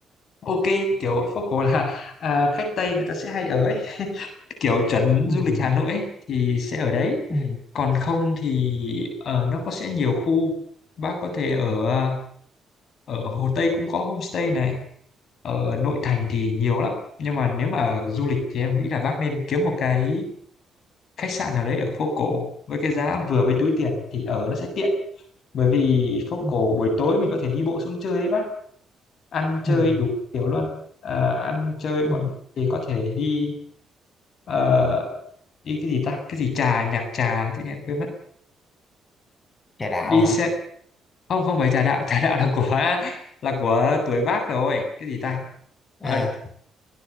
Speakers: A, on the left; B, on the left.
A: ok kiểu phố cổ là à, khách Tây người ta sẽ hay ở ấy kiểu trấn
B: ừ,
A: du lịch Hà Nội ấy, thì sẽ ở đấy
B: ừ,
A: còn không thì ờ, nó có sẽ nhiều khu bác có thể ở ờ, ở Hồ Tây cũng có homestay này ở nội thành thì nhiều lắm nhưng mà nếu mà du lịch thì em nghĩ là bác nên kiếm một cái khách sạn nào đấy ở phố cổ với cái giá vừa với túi tiền thì ở nó sẽ tiện bởi vì phố
B: ừ,
A: cổ buổi tối mình có thể đi bộ xuống chơi ấy bác ăn chơi
B: ừ,
A: đủ kiểu luôn Ờ, ăn chơi
B: ừ.
A: bọn thì có thể đi ờ, đi cái gì ta cái gì trà nhạc trà tự nhiên quên mất
B: Trà đạo
A: đi
B: hả?
A: xe không không phải trà đạo <laughs> trà đạo là của là của tuổi Bác rồi cái gì ta Ờ,
B: À,